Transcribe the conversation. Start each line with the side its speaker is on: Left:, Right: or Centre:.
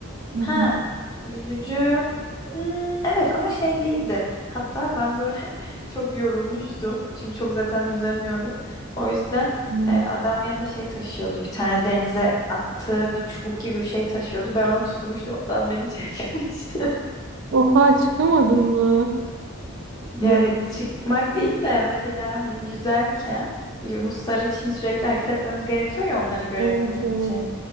Right: Hı
Left: Ha
Right: hı.
Left: yüzücü. Hmm, evet ama şey değildi. Hatta ben böyle <laughs> çok yorulmuştum. Çünkü çok zaten yüzemiyorum. O yüzden
Right: Tamam.
Left: e, adam yanında şey taşıyordu. Bir tane denize attığı bir çubuk gibi bir şey taşıyordu. Ben onu tutmuştum. Adam beni <laughs> çekmişti.
Right: Oha çıkamadın mı?
Left: Yani
Right: Yok.
Left: çıkmak değil de mesela hani yüzerken Yunuslar için sürekli hareket etmemiz gerekiyor ya onları görebilmek
Right: Evet evet.
Left: için.